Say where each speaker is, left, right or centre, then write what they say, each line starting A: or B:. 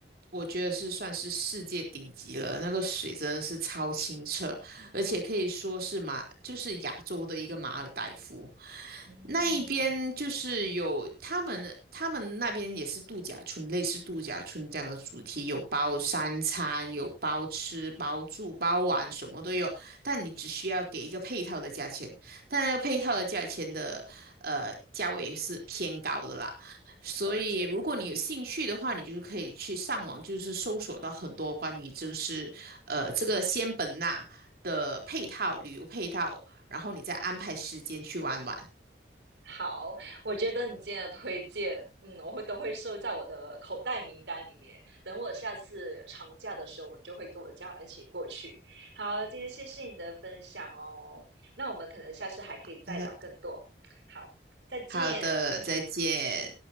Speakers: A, on the right; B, on the right.
A: 我觉得是算是世界顶级了，那个水真的是超清澈，而且可以说是马，就是亚洲的一个马尔代夫。
B: 嗯，
A: 那一边就是有他们，他们那边也是度假村，类似度假村这样的主题，有包三餐，有包吃包住包玩，什么都有。但你只需要给一个配套的价钱，但那个配套的价钱的呃价位也是偏高的啦。所以如果你有兴趣的话，
B: 了解。
A: 你就是可以去上网，就是搜索到很多关于就是呃这个仙本那的配套旅游配套，然后你再安排时间去玩玩。
B: 好，我觉得你今天的推荐，嗯，我会都会收在我的口袋名单里面。等我下次长假的时候，我就会跟我家人一起过去。好，今天谢谢你的分享哦。那我们可能下次还可以再聊更多。
A: 好的，
B: 好，再见。
A: 好的，再见。